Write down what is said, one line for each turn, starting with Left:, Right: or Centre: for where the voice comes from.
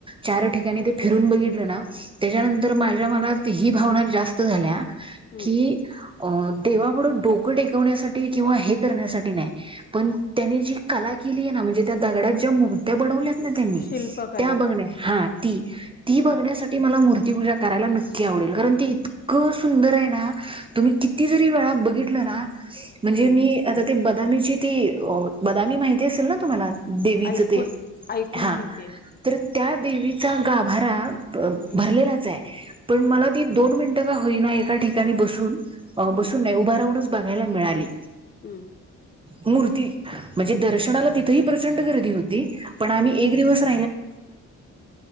Right: चार ठिकाणी ते फिर बघितलं ना. त्याच्यानंतर
Left: हम्म
Right: माझ्या मनात ही भावना जास्त झाल्या
Left: हम्म
Right: की अ देवापडं डोकं टेकवण्यासाठी किंवा हे करण्यासाठी नाही पण त्यांनी जी कला केली आहे ना म्हणजे त्या दगडात ज्या मूर्त्या बनवल्या त्यांनी
Left: शिल्पकला
Right: त्या बघण्या हा ती ती
Left: हम्म
Right: बघण्यासाठी मला मूर्ती पूजा करायला नक्की आवडेल कारण ते इतकं सुंदर आहे ना तुम्ही
Left: हम्म
Right: किती जरी वेळा बघितलं ना म्हणजे
Left: हम्म
Right: मी आ त बदामीची ती. बदामीी माहिती असेल ना तुम्हाला देवीचं
Left: ऐकून
Right: ते
Left: ऐकून
Right: हा
Left: माहितीय
Right: तर त्या देवीचा गाभारा भरलेलाच
Left: हम्म
Right: आहे पण
Left: हम्म
Right: मला ती दोन मिनट. का होईना एका ठिकाणी बसून
Left: हम्म
Right: बसून नाही उभं राहूनच बघायला मिळाली.
Left: हम्म.
Right: मूर्ती म्हणजे
Left: हम्म
Right: दर्शनाला तिथेही प्रचंड गर्दी होती पण
Left: हम्म
Right: आम्ही एक दिवस <unintelligible>